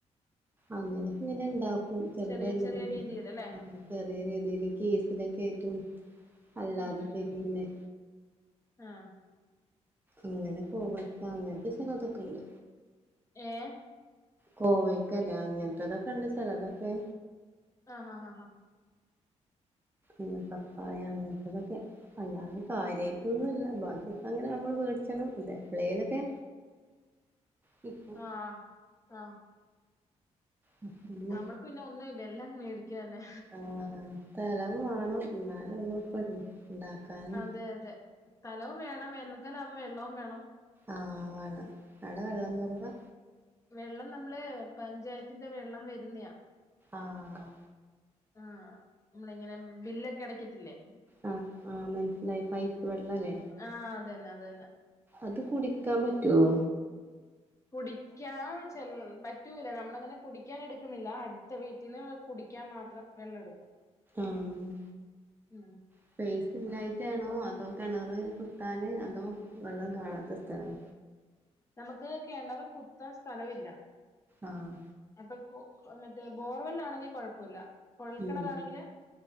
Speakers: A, on the right (about 15°); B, on the left (about 25°).
A: അങ്ങനക്കെ ഇങ്ങനെ ഇണ്ടാക്കും ചില
B: ചെറിയ
A: ടൈമിലൊക്കെ
B: ചെറിയ രീതിൽ അല്ലേ
A: ചെറിയ രീതിയിൽ കേസിലൊക്കെ ആയിട്ടും അല്ല <unintelligible>
B: ഉം
A: അതൊക്കട്ട്
B: ഉം ഉം
A: തന്നെ
B: ആഹ്
A: അങ്ങനെ പോകും ഇപ്പം അങ്ങനത്തെ ചിലതൊക്കെ ഉണ്ട്
B: ഏഹ്
A: കോവയ്ക്കല്ലേ അങ്ങനത്തെതൊക്കെ ഉണ്ട് സ്ഥലതൊക്കെ
B: ആഹ് ആഹ് ആഹാ
A: ഉം പപ്പായാ അങ്ങനത്തതൊക്കെ അല്ലാതെ കാര്യമായിട്ട് ഒന്നും ഇല്ല ബാക്കി ഇപ്പോ അങ്ങനെ നമ്മള് മേടിച്ചണം ഇത് എപ്പളേലൊക്കെ കിട്ടും
B: ആഹ് ആഹ്
A: ഉം പിന്നെ
B: നമ്മൾക്ക് പിന്നെ ഒന്നും ഇല്ല എല്ലാം മേടിക്കുക തന്നെ
A: ആഹ് സ്ഥലം വേണം
B: ഉം
A: എന്നാലും ഉള്ളൂ ഇപ്പൊ ഉണ്ടാക്കാനും
B: അതെ അതെ സ്ഥലവും വേണം വേനൽക്കാലമാകുമ്പോ വെള്ളവും വേണം
A: ആഹ് വളം അവിടെ വെള്ളം കുറവാ
B: വെള്ളം നമ്മള് പഞ്ചായത്തിന്റെ വെള്ളം വരുന്നയാ
A: ആഹ്
B: ആഹ് നമ്മളിങ്ങനെ ബില്ലൊക്കെ അടയ്ക്ക <unintelligible> ല്ലെ
A: ആ ആഹ് മനസ്സിലായി പൈപ്പ് വെള്ളല്ലേ
B: ആഹ് അതന്നെ അതന്നെ
A: അത് കുടിക്കാൻ പറ്റുവോ
B: കുടിക്കാൻ ചില പറ്റൂല നമ്മളങ്ങനെ കുടിക്കാൻ എടുക്കുന്നില്ല അടുത്ത വീട്ടിന്ന് കുടിക്കാൻ മാത്രം വെള്ളം എടുക്കും
A: ആഹ്
B: ഉം
A: സ്പേസ് ഇല്ലായിട്ടാണോ അതോ കിണറ് കുത്താന് അതോ വെള്ളം കാണാത്ത സ്ഥലം
B: നമുക്ക് കെണറ് കുത്താൻ സ്ഥലമില്ല
A: ആഹ്
B: അപ്പൊ മറ്റേ ബോർവെല്ലാണെങ്കിൽ കുഴപ്പമില്ല കൊഴൽക്കിണറാണെങ്കില്
A: ഉം